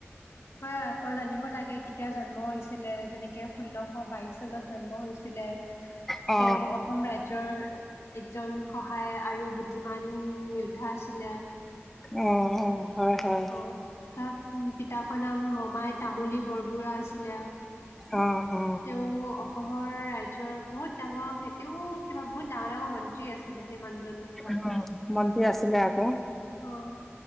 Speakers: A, on the left (about 75°); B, in the centre.
A: হয়, আকৌ জানিব লাগে কেতিয়া জন্ম হৈছিলে। যেনেকে ষোল্লশ বাইশ চনত জন্ম হৈছিলে।
B: অ অ
A: তেওঁ অসম ৰাজ্যৰ একজন সহায় আৰু বুদ্ধিমান যোদ্ধা আছিলে।
B: অ অ'। হয় হয়
A: অ' তাৰ পিতাকৰ নাম মমাই তামুলী বৰবৰুৱা আছিলে।
B: অ অ
A: তেওঁ অসমৰ ৰাজ্যৰ বহুত ডাঙৰ সতেও কিবা বহুত ডাঙৰ ডাঙৰ মন্ত্ৰী আছিলে। সেই মানুহজনো
B: উ মন্ত্ৰী আছিলে। আছিলে ক
A: অ'।